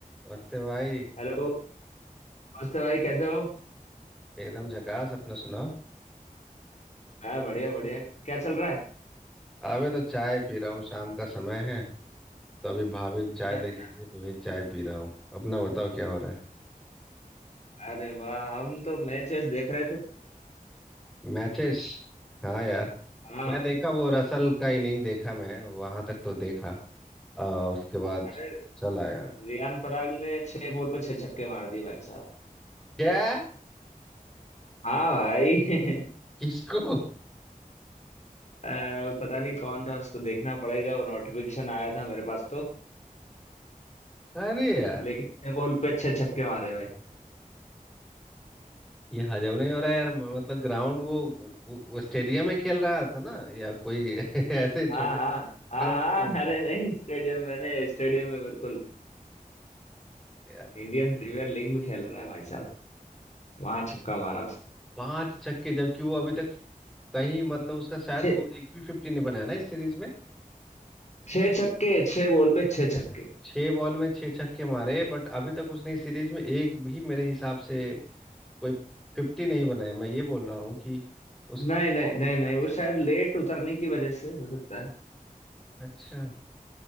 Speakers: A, in the centre; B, on the left.
A: नमस्ते भाई
B: Hello नमस्ते भाई कैसे हो
A: एकदम झकास अपना सुनाओ
B: मैं बढ़िया बढ़िया क्या चल रहा है
A: अभी तो चाय पी रहा हूँ शाम का समय है तो अभी भाभी
B: अच्छा
A: चाय दे के गई तो वही चाय पी रहा हूँ अपना बताओ क्या हो रहा है
B: अच्छा अरे वाह हम तो मैच वैच देख रहे थे
A: मैचेस हाँ यार
B: हाँ
A: मैं देखा वो रसल का इनिंग देखा मैं वहां तक तो देखा आ, उसके बाद
B: अरे
A: चल आया
B: रियान पराग ने छह बॉल पे छह छक्के मार दिए भाई साहब
A: क्या
B: हाँ भाई <laughs>
A: किसको
B: अ, पता नहीं कौन था उसको देखना पड़ेगा वो नोटिफिकेशन आया था मेरे पास तो
A: अरे यार
B: लेकिन छह बॉल पे छह छक्के मारे भाई
A: ये हजम नहीं हो रहा यार म- मतलब ग्राउंड वो वो, वो स्टेडियम में खेल रहा था ना या कोई <laughs> ऐसे छोटे
B: हाँ हाँ
A: ग्राउंड
B: हाँ
A: में खेल
B: हाँ
A: रहा
B: अरे नहीं स्टेडियम मैंने स्टेडियम में बिल्कुल
A: है यार
B: इंडियन प्रीमियर लीग में खेल रहा है भाई साहब वहां छक्का मारा उसने
A: पांच छक्के जबकि वो अभी तक कहीं मतलब उसका शायद
B: छह
A: वो एक भी फिफ्टी नहीं बनाया ना इस सीरीज में
B: छह छक्के छह बॉल पे छह छक्के
A: छह बॉल में छह छक्के मारे बट अभी तक उसने इस सीरीज में एक भी मेरे हिसाब से कोई फिफ्टी नहीं बनाया मैं ये बोल रहा हूँ कि उसका
B: नहीं
A: फॉर्म
B: नहीं
A: भी
B: नहीं
A: उतना
B: नहीं
A: अच्छा
B: वो शायद
A: नहीं था
B: लेट उतरने की वजह से हो सकता है
A: अच्छा